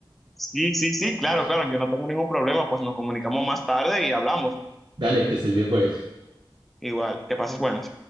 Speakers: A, in the centre; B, on the right.
A: Sí, sí, sí,
B: <laughs>
A: claro, claro, yo no tengo ningún problema, pues nos comunicamos más tarde y hablamos.
B: Dale, que estés bien, pues.
A: Igual, que pases buenas.